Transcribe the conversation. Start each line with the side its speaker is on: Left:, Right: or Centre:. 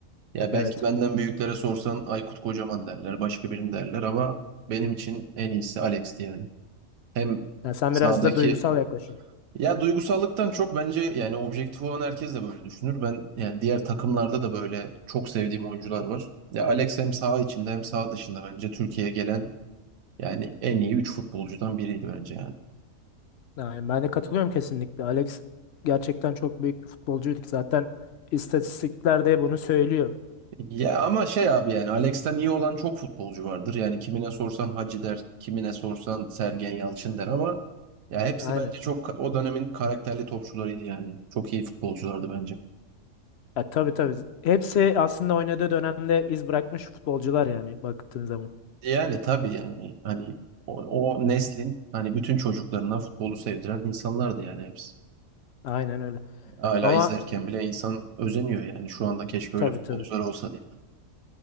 Right: Ya
Left: Evet.
Right: belki benden büyüklere sorsan Aykut Kocaman derler başka birini derler ama benim için en iyisi Alex'ti yani. Hem
Left: Yani sen
Right: sahadaki
Left: biraz da duygusal yaklaşıyorsun.
Right: Ya duygusallıktan çok bence yani objektif olan herkes de böyle düşünür. Ben yani diğer takımlarda da böyle çok sevdiğim oyuncular var. Ya Alex hem saha içinde hem saha dışında bence Türkiye'ye gelen yani en iyi 3 futbolcudan biriydi bence yani.
Left: Yani ben de katılıyorum kesinlikle. Alex gerçekten çok büyük bir futbolcuydu. ki. Zaten istatistikler de bunu söylüyor.
Right: Ya ama şey abi yani Alex'ten iyi olan çok futbolcu vardır. Yani kimine sorsan Hacı der, kimine sorsan Sergen Yalçın der ama ya hepsi
Left: Aynen.
Right: bence çok o dönemin karakterli topçularıydı yani. Çok iyi futbolculardı bence.
Left: Ya, tabii tabii. Hepsi aslında oynadığı dönemde iz bırakmış futbolcular yani baktığın zaman.
Right: Yani tabii yani hani o, o neslin hani bütün çocuklarına futbolu sevdiren insanlardı yani hepsi.
Left: Aynen öyle.
Right: Hala
Left: Ama
Right: izlerken bile insan özeniyor yani şu anda keşke
Left: tabii
Right: öyle futbolcular
Left: tabii.
Right: olsa diye.